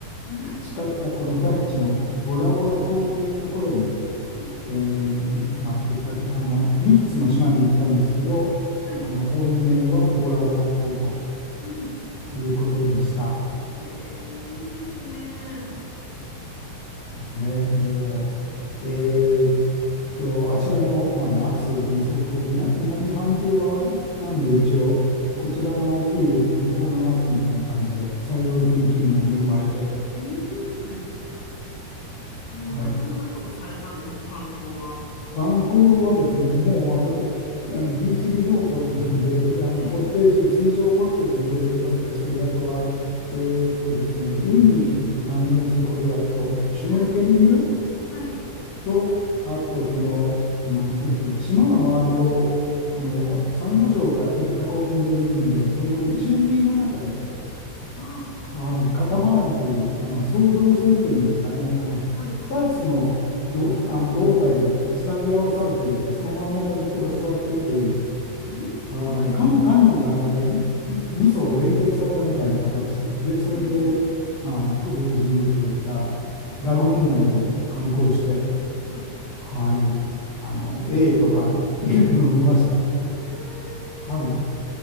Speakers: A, on the left; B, on the left.
A: うん。
B: 培ったこのタヒチのボラボラ島というところに、
A: え、
B: えーまあ、行ってきたというかあの3つの島に行ったんですけどあの本命はボラボラ島と
A: はい。はい。
B: いうことでした
A: えー、いいですね。
B: ですねもうえーっとあちらの、まあ、夏に相当南南半球側なんで一応こちらの冬向こうの夏みたいな感じで幸い天気にも恵まれて、
A: うん。うん。うんえー、
B: はい、
A: ど、どんなことされたんですか、観光は。
B: 観光はですね、もうあの、あのビーチリゾートなんで、あのコッテージ、
A: えー、
B: 水上コッテージの上でブラブラしたり、あとは、えーっとですね、海に関連することだと、シュノーケリング
A: はい。はい。
B: と、あとその、なんていうんですかね、島の周りを、このサンゴ礁が取り囲んでいるんで、その内海の中で
A: えー、あ
B: はい、カタマランというあの双胴船というんですかね、あの2つの、
A: ー、はい。
B: どあの胴体がこうつなぎ合わされていて、その真ん中に人が座っているという、
A: んはい。
B: はい、カヌ、カヌーがなんか2層連結されたみたいな形で、それでまあクルージングというか、
A: えー、うん
B: ラグーン内を観光して、
A: はい。
B: はい、あの
A: えー
B: A とかいるのを見ました。
A: えー、
B: はい